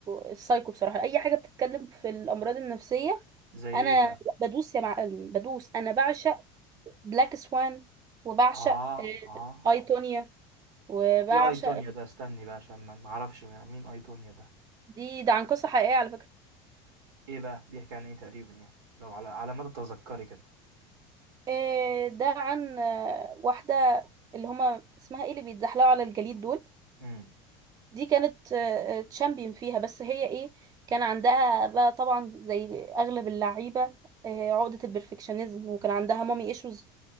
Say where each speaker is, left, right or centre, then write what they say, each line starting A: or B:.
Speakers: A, on the right; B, on the right.
A: السايكو بصراحه اي حاجه بتتكلم في الامراض النفسيه
B: زي
A: انا
B: ايه بقى
A: بدوس يا معلم بدوس انا بعشق بلاك سوان وبعشق
B: اه اه
A: آه، ايتونيا وبعشق
B: ايه اي تونيا ده استني بقى عشان ما ما اعرفش مين اي تونيا ده
A: دي ده عن قصه حقيقيه على فكره
B: ايه بقى بيحكي عن ايه تقريبا يعني لو على على ما تتذكري كده
A: آه، ده عن آه، واحده اللي هما اسمها ايه اللي بيتزحلقوا على الجليد دول
B: امم
A: دي كانت آه، آه، تشامبيون فيها بس هي ايه كان عندها بقى طبعا زي اغلب اللعيبه آه، عقده البرفكشنزم وكان عندها مامي ايشوز